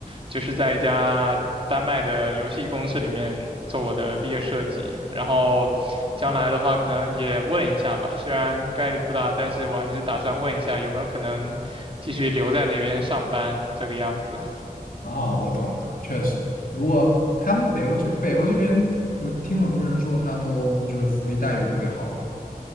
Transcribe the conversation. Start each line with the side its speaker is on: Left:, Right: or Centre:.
Right: 就是在一家丹麦的游戏公司里面做我的毕业设计。然后将来的话，可能也问一下吧，虽然概率不大，但是我还是打算问一下有没有可能继续留在那边上班这个样子。
Left: 哦，我懂了，确实，如果他们北欧这北欧这边，我听很多人说他都就是福利待遇特别好啊。